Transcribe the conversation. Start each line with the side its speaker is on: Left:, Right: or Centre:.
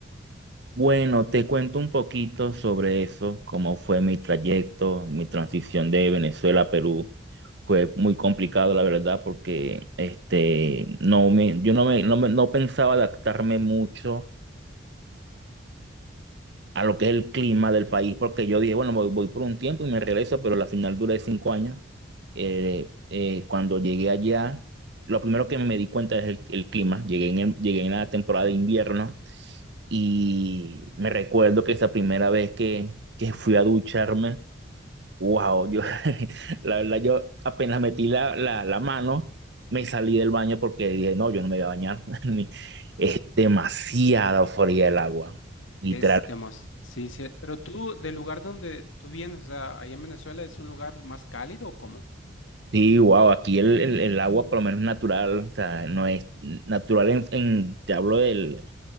Right: Bueno, te cuento un poquito sobre eso, cómo fue mi trayecto, mi transición de Venezuela a Perú. Fue muy complicado, la verdad, porque este, no me, yo no, me, no, me- no pensaba adaptarme mucho a lo que es el clima del país, porque yo dije, bueno, voy, voy por un tiempo y me regreso, pero la final duré cinco años. Eh, eh, cuando llegué allá, lo primero que me di cuenta es el, el clima. Llegué en, el- llegué en la temporada de invierno y me recuerdo que esa primera vez que, que fui a ducharme, wow, yo, <laughs> la verdad, yo apenas metí la, la, la mano, me salí del baño porque dije, no, yo no me voy a bañar. <laughs> Ni- Es demasiado fría el agua, literal
Left: Es demás, sí, sí. Pero tú, del lugar donde tú vienes, o sea, allá en Venezuela, ¿es un lugar más cálido o cómo?
Right: Sí, wow, aquí el, el, el agua por lo menos natural, o sea, no es natural en, en- te hablo del,